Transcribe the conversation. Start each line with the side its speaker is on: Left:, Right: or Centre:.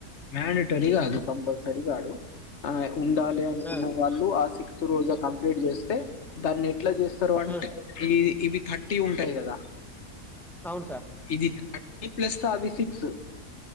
Left: మ్యానిటరీగాదు కంపల్సరీగాదు ఆ ఉండాలి అనుకున్న
Centre: ఆ
Left: వాళ్ళు ఆ సిక్ సిక్స్ రోజా కంప్లీట్ చేస్తే, దాన్ని ఎట్ల చేస్తరు అంటే,
Centre: ఆ
Left: ఇ ఇది థర్టీ ఉంటది కదా!
Centre: అవును సార్
Left: ఇది థర్టీ ప్లస్ అవి సిక్స్.